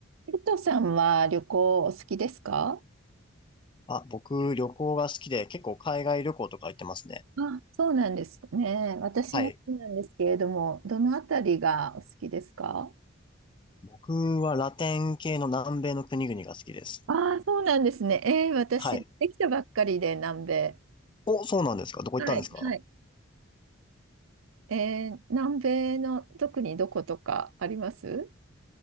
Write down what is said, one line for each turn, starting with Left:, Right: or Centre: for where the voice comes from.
Right: ペッとさんは旅行お好きですか
Left: あ、僕、旅行が好きで、結構海外旅行とか行ってますね。
Right: あ、そうなんですね。私も好きなんですけれども、
Left: はい。
Right: どのあたりがお好きですか
Left: 僕はラテン系の南米の国々が好きです。
Right: ああ、そうなんですね。えー、私、
Left: はい。
Right: できたばっかりで南米。
Left: お、そうなんですかどこ行ったんですか
Right: はい、はい。えー、南米の特にどことかあります